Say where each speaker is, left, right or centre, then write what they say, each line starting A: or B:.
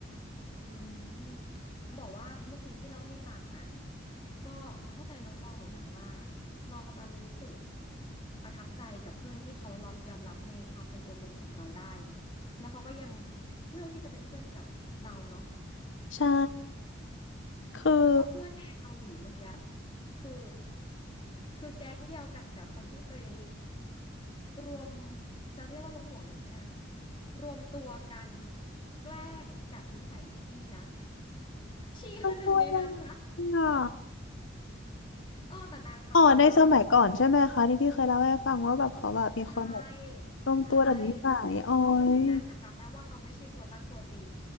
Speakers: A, on the left; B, on the left.
A: อืมจะบอกว่าเมื่อกี้ที่เล่าให้ฟังอ่ะก็เข้าใจน้องตองหมดนะว่าเราจะรู้สึกประทับใจกับเพื่อนที่เขารับยอมรับในความเป็นตัวตนของเราได้เนาะแล้วเขาก็ยังเลือกที่จะเป็นเพื่อนกับเราเนาะ
B: ใช่คือ
A: แล้วก็เพื่อนแอร์เกาหลีเมื่อกี้คือคือแก๊งเดียวกันกับคนที่เคยรวมจะเรียกว่ารวมหัวไหมอะรวมตัวกันแกล้งดัดนิสัยพี่นะชีคือหนึ่งในนั้นนะ
B: มันตัวยยังไงอ่ะ
A: เออแต่นางจำไม่ได้
B: อ๋อในสมัยก่อนใช่ไหมคะที่พี่เคยเล่าให้ฟังว่าแบบเขาแบบมีคนแบบ
A: ใช่
B: รวมตัวแบบนิสัยอ๋อย
A: ใช่เขาคือหนึ่งในนั้นแต่จำได้ว่าเขาไม่ใช่ตัวตั้งตัวตี